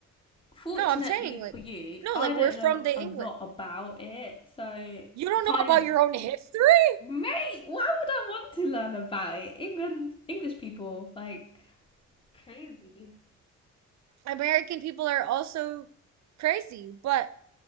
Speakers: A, on the left; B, on the right.
A: Fortunately
B: no, I'm saying
A: for
B: like
A: you,
B: no,
A: I
B: like we're
A: don't
B: from
A: know
B: the
A: a
B: England.
A: lot about it, so I
B: You don't
A: can't
B: know about
A: even.
B: your own history?
A: Mate, why would I want to learn about it? England, English people, like crazy.
B: American people are also crazy, but